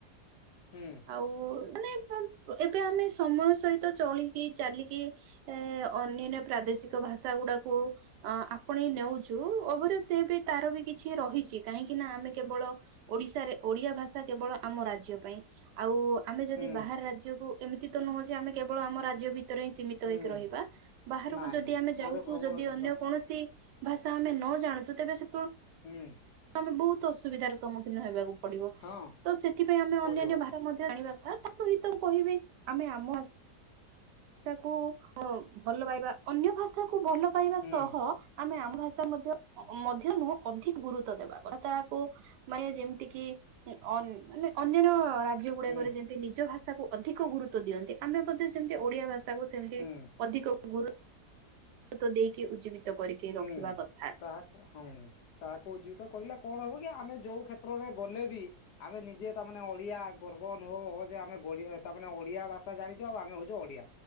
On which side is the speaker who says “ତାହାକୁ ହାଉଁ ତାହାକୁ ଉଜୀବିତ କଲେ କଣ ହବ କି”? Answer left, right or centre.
Left